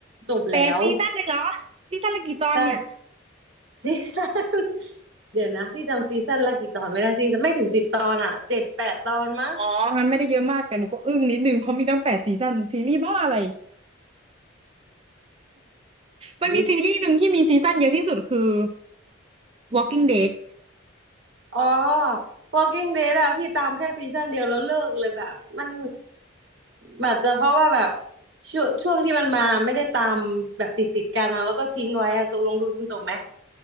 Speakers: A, on the right; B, on the right.
A: จบแล้ว
B: แต่ซีซั่นเลยเหรอซีซั่นละกี่ตอนเนี่ย
A: <laughs> แต่ซีซั่น <laughs> เดี๋ยวนะพี่จำซีซั่นละกี่ตอนไม่ได้ซีซั่นไม่ถึงสิบตอนอ่ะเจ็ดแปดตอนมั้ง
B: อ๋อมันไม่ได้เยอะมากแต่หนูก็อึ้งนิดนึงเพราะมีตั้งแปดซีซั่นซีรีส์บ้าอะไร
A: เออ
B: มันมีซีรีส์หนึ่งที่มีซีซั่นเยอะที่สุดคือ Walking Dead
A: อ๋อ Walking Dead อะพี่ตามแค่ซีซั่นเดียวแล้วเลิกเลยแบบมันอาจจะเพราะว่าแบบช่วงช่วงที่มันมาไม่ได้ตามแบบติดติดกันนะแล้วก็ทิ้งไว้อะตกลงดูจนจบไหม